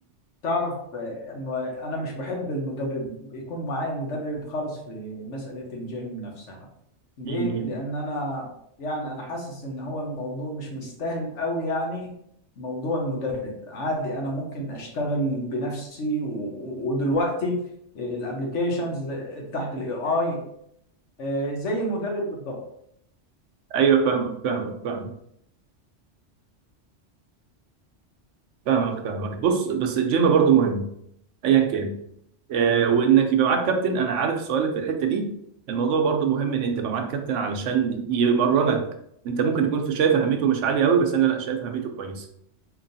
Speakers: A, on the left; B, on the right.
A: تعرف آه، ما- انا مش بحب المدرب يكون معايا مدرب خالص في مسألة الجيم نفسها ليه
B: امم
A: لان انا يعني انا حاسس ان هو الموضوع مش مستاهل قوي يعني موضوع المدرب عادي انا ممكن اشتغل بنفسي و... و- ودلوقتي الابليكيشنز تحت الاي اي زي المدرب بالضبط
B: ايوه فاهمك فاهمك فاهمك فاهمك فاهمك بص بس الجيم برضو مهم ايا كان آه وانك يبقى معاك كابتن انا عارف سؤالك في الحته دي الموضوع برضو مهم ان انت تبقى معاك كابتن علشان يمرنك انت ممكن تكون في- شايف اهميته مش عاليه قوي بس انا لا شايف اهميته كويسه